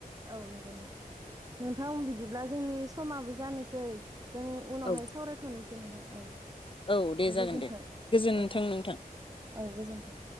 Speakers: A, on the right (about 25°); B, on the left (about 35°).
A: औ नंगौ नोंथां नोंथां बिदि बिब्ला जोंनि समाबो जानोसै जों उनावहाय
B: औ
A: सावरायथनोस दे नोंथां औ
B: औ दे
A: बे
B: जागोन
A: गोजोनथों
B: दे गोजोन्थों
A: औ
B: नोंथां
A: औ गोजोनथों